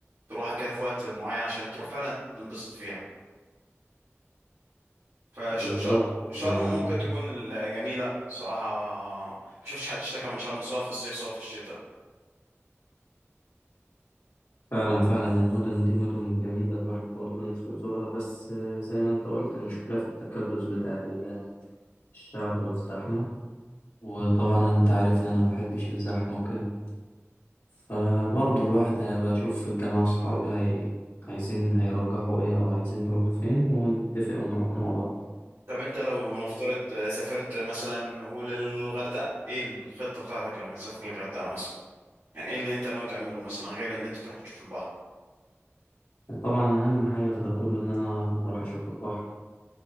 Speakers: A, on the right (about 85°); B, on the left (about 85°).
A: تروحها كده في وقت معين عشان تروح فعلا تنبسط فيها فشرم
B: بالظبط آه،
A: ممكن تكون جميلة صراحة ما شفتش حد اشتكى من شرم سواء في الصيف سواء في الشتاء
B: فعلا فعلا المدن دي مدن جميلة الواحد برضه نفسه يزورها بس آه، زي ما أنت قلت المشكلة في التكدس بتاع ال- الشعب والزحمة وطبعا أنت عارف إن أنا مبحبش الزحمة وكده فبرضه الواحد هيبقى أشوف في الجامعة أصحابي هي... عايزين هيرجحوا إيه أو عايزين يروحوا فين ونتفق ونروح مع بعض
A: طب انت لو نفترض سافرت مثلا قول الغردقة ايه الخطة بتاعتك لما تسافر الغردقة مثلا يعني ايه اللي انت ناوي تعمله مثلا غير ان انت تروح تشوف البحر
B: فطبعا أهم حاجة في ده كله إن أنا أروح أشوف البحر